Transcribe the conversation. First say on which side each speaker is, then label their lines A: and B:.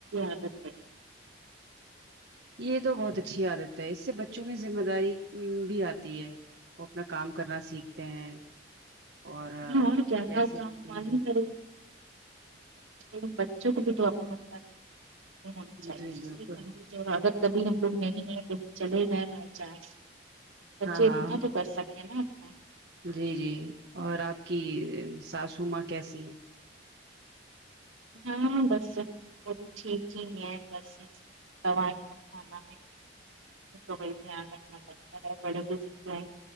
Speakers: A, on the right (about 85°); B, on the right (about 55°).
A: آ <unintelligible>
B: یہ تو بہت اچھی عادت ہے اس سے بچوں میں ذمہ داری م بھی آتی ہے وہ اپنا کام کرنا سیکھتے ہیں اور
A: ہاں اور کیا
B: کیسے
A: تھا کام معلوم
B: جی
A: کرے ل بچوں کو بھی دع نہیں ہونا چاہیے
B: جی بالکل
A: <unintelligible> جو اگر کبھی ہم لوگ نیلیور چلے گئے بائی چانس بچے
B: ہاں ہاں
A: اتنا تو کر سکے نا اپنا
B: جی جی اور آپ کی ساسو ماں کیسی ہیں
A: ہاں بس وہ بھی ٹھیک ہی ہے بس دوائیا کھانا ہے تو وہ دھیان رکھنا پڑتا ہے بڑے بزرگوں